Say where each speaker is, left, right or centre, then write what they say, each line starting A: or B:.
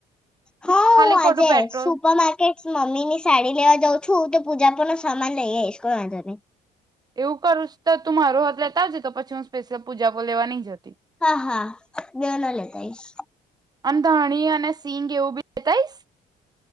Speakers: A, in the centre; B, on the right.
A: હા
B: ખાલી
A: આજે
B: ખોટું પેટ્રોલ
A: સુપર માર્કેટ મમ્મી ની સાડી લેવા જઉં છું તો પૂજા પણ ન સામાન લઈ આઈસ કંઈ વાઘો નહી
B: એવું કરુંસ્ તું મારો હાથ લેતા આવજ પછી હું સ્પેશિયલ પૂજાઓ લેવા નઈ જતી.
A: હા હા બે ના લેતા ઈશ.
B: અંધાણી અને સિંગ એવું બી લેતા આઇસ